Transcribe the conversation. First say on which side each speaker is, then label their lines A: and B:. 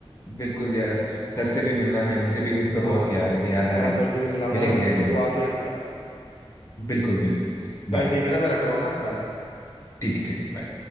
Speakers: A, on the left; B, on the left.
A: बिल्कुल यार सर से भी मिलना है मुझे भी उनका
B: हाँ
A: बहुत यार याद आ
B: हाँ
A: रही
B: सर
A: है
B: से भी मिलाऊंगा
A: मिलेंगे
B: ना मैं तेरे
A: अगली
B: को तू आ
A: बार
B: तो एक बार
A: बिल्कुल बिल्कुल
B: चल
A: बाय
B: ठीक है ना मैं रख रहा हूँ ना बाय
A: ठीक है, ठीक bye.